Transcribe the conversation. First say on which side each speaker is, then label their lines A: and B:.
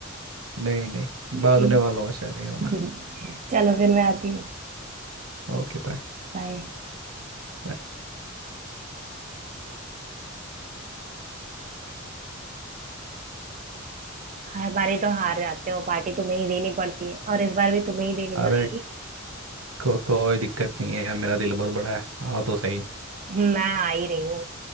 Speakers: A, on the right (about 80°); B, on the right (about 35°).
A: नहीं नहीं भागने
B: ठीक
A: वालों में से नहीं हूँ
B: <laughs>
A: मैं
B: चलो फिर मैं आती हूँ
A: Okay bye
B: बाय
A: बाय
B: हर बारी तो हार जाते हो पार्टी तुम्हें ही देनी पड़ती है और इस बार भी तुम्हें ही देनी
A: अरे
B: पड़ेगी
A: को, कोई दिक्कत नहीं है मेरा दिल बहुत बड़ा है आओ तो सही
B: हम्म, मैं आ ही रही हूँ